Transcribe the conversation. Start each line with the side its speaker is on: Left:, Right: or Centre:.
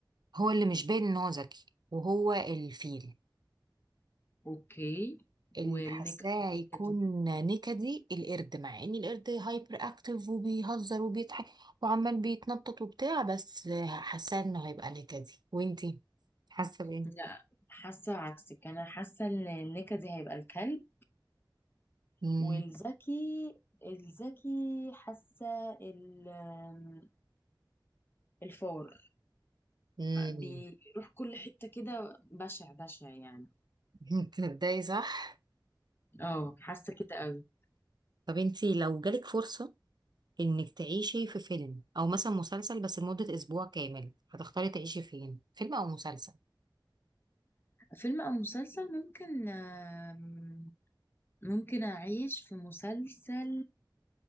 Right: هو اللي مش باين ان هو ذكي وهو الفيل
Left: أوكي
Right: اللي
Left: والنكد
Right: حاساه هيكون نكدي القرد مع ان القرد هايبر اكتف وبيهزر وبيضحك وعمال بيتنطط وبتاع بس حاساه انه هيبقى نكدي وانتي حاسه بايه
Left: لا حاسة عكسك أنا حاسة إن النكدي دي هيبقى الكلب
Right: امم
Left: والذكي الذكي حاسة ال- الفار
Right: امم
Left: بيروح كل حتة كده بشع بشع يعني
Right: <laughs> تصدقي صح
Left: اه حاسة كده قوي
Right: طب انتي لو جالك فرصه انك تعيشي في فيلم او مثلا مسلسل بس لمده اسبوع كامل هتختاري تعيشي فين فيلم او مسلسل
Left: فيلم أو مسلسل ممكن آم، ممكن أعيش في مسلسل